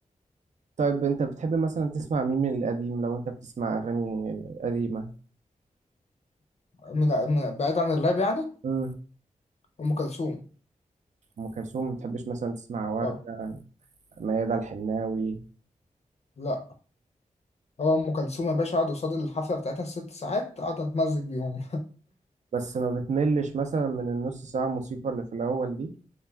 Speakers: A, on the right; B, on the left.
A: طيب انت بتحب مثلا تسمع مين من القديم لو انت بتسمع اغاني قديمة
B: من- من- بعيد عن الراب يعني
A: امم
B: ام كلثوم
A: ام كلثوم ما بتحبش مثلا تسمع وردة
B: اه
A: ميادة الحناوي
B: لا هو ام كلثوم يا باشا اقعد قصاد الحفله بتاعتها الست ساعات اقعد اتمزج بيهم
A: بس ما بتملش مثلا من النص ساعة موسيقى اللي في الاول دي